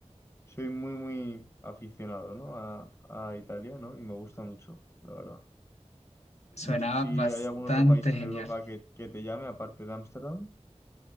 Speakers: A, on the left (about 25°); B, on the left (about 70°).
A: soy muy, muy aficionado, ¿no? A, a Italia, ¿no? Y me gusta mucho, la verdad.
B: Suena
A: No sé si
B: bastante
A: hay algún otro país en
B: genial.
A: Europa que, que te llame, aparte de Ámsterdam,